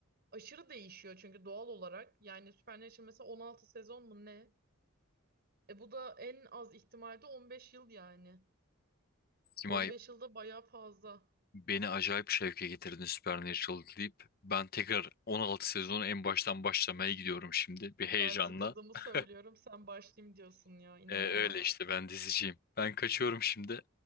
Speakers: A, on the right; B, on the left.
A: aşırı değişiyor çünkü doğal olarak. Yani Supernatural mesela 16 sezon mu ne? E bu da en az ihtimalde 15 yıl yani.
B: Simay
A: 15 yılda bayağı fazla.
B: beni acayip şevke getirdin Supernatural deyip ben tekrar 16 sezonu en baştan başlamaya gidiyorum şimdi bir heyecanla.
A: Ben sıkıldığımı
B: <laughs>
A: söylüyorum. Sen başlayayım diyorsun ya. inanılmaz.
B: Ee, öyle işte ben diziciyim. Ben kaçıyorum şimdi.